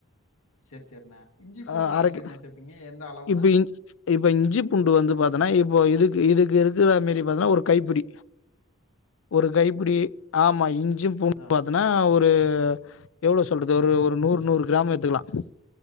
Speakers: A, on the left (about 85°); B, on the left (about 65°).
A: செர் செரிண்ணே இஞ்சி பூண்டெல்லாம்
B: ஆ அர
A: எப்படிண்ணே
B: கி
A: சேப்பீங்க எந்த அளவுண்ணே
B: இப்ப இஞ் இப்ப இஞ்சிப்பூண்டு வந்து பாத்தன்னா இப்போ இதுக்கு இதுக்கு இருக்குற மாரி பாத்தீன்னா ஒரு கைப்பிடி ஒரு கைப்பிடி ஆமா இஞ்சி பூண்டுன்னு
A: ஆ
B: பாத்தன்னா ஒரு எவ்ளோ சொல்றது ஒரு
A: ஆ
B: ஒரு நூர் நூறு கிராம் எடுத்துக்கலாம்